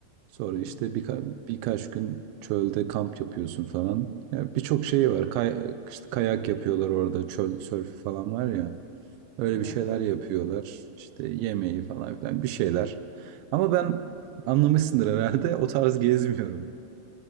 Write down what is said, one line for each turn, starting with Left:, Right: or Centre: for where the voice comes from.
Right: Sonra
Left: Hı hı.
Right: işte birka- birkaç gün çölde kamp yapıyorsun falan. Ya birçok
Left: Hı hı.
Right: şey var. Kay- işte kayak yapıyorlar orada, çöl sörfü falan var ya. Öyle
Left: Evet.
Right: bir şeyler yapıyorlar. İşte yemeği falan filan bir şeyler. Ama ben anlamışsındır herhalde o tarz gezmiyorum.